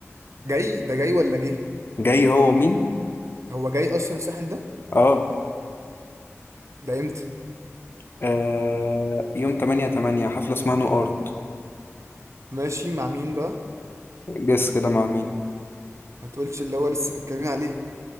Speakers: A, on the right; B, on the left.
A: جاي ده جاي ولا جه
B: جاي هو مين
A: هو جاي اصلا الساحل ده
B: اه,
A: ده امتى
B: آه... يوم 8 8 حفلة اسمها نو ارت
A: ماشي مع مين بقى
B: جس كده مع مين
A: ما تقولش اللي هو لسه متكلمين عليه